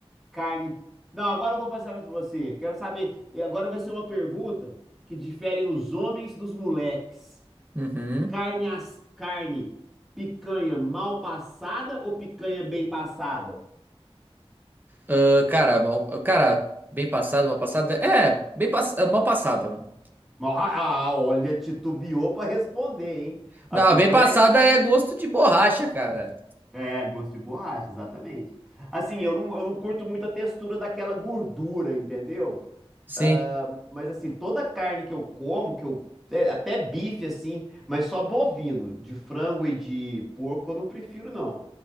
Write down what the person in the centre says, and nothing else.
carne. Não, agora eu vou passar pra você. Quero saber. E agora vai ser uma pergunta que diferem os homens dos moleques.
Carne, as... carne, picanha mal passada ou picanha bem passada?
Ó, Ah, ah, olha, titubeou pra responder, hein? A
picanha
É, gosto de borracha, exatamente. Assim, eu não, eu não curto muito a textura daquela gordura, entendeu?
Ah, mas assim, toda carne que eu como, que eu. é, Até bife, assim, mas só bovino. De frango e de porco eu não prefiro, não.